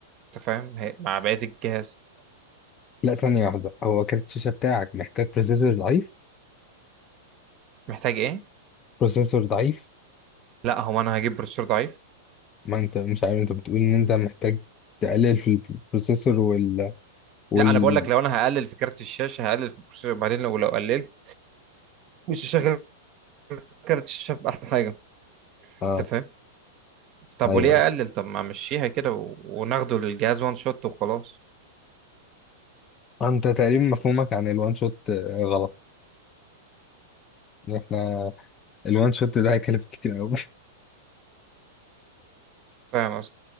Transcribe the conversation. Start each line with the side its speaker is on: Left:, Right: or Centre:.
Right: انت فاهم هي- مع بقية الجهاز
Left: لا ثانية واحدة هو كارت الشاشة بتاعك محتاج بروسيسور ضعيف
Right: محتاج ايه
Left: بروسيسور ضعيف
Right: لا هو انا هجيب بروسيسور ضعيف
Left: ما انت مش عارف انت بتقول ان انت محتاج تقلل في البروسيسور وال وال
Right: لا انا بقول لك لو انا هقلل في كارت الشاشة هقلل في البروسيسور بعدين لو لو قللت مش هشغل كارت الشاشة باحلى حاجة
Left: اه
Right: انت فاهم طب
Left: ايوه
Right: وليه اقلل طب ما امشيها كده و... وناخده للجهاز وان شوت وخلاص
Left: انت تقريبا مفهومك عن الوان شوت آه، غلط احنا الوان شوت ده هيكلف كتير قوي
Right: فاهم قصدي